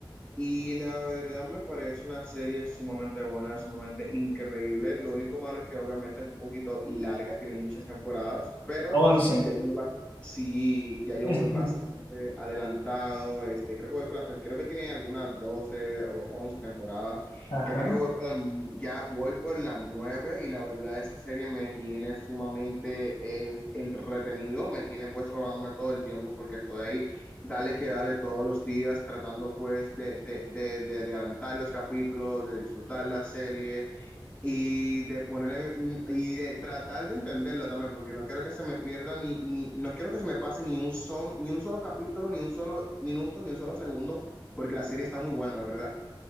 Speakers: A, on the left; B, on the left.
A: Y la verdad me parece una serie sumamente buena, sumamente increíble. Lo único malo es que obviamente es un poquito larga, tiene muchas temporadas, pero
B: once
A: ya yo, va- sí, ya yo
B: <laughs>
A: voy bastante adelantado. Este, creo que voy para, creo que tiene algunas 12 o 11 temporadas,
B: Ajá.
A: que creo que voy para, ya voy por la 9 y la verdad esa serie me tiene sumamente en- entretenido, me tiene pues robándome todo el tiempo porque estoy ahí dale que dale todos los días, tratando pues de, de, de, de adelantar los capítulos, de disfrutar la serie y de ponerle mm, y de tratar de entenderlo también, porque no quiero que se me pierda ni, ni no quiero que se me pase ni un solo, ni un solo capítulo, ni un solo minuto, ni un solo segundo, porque la serie está muy buena, la verdad.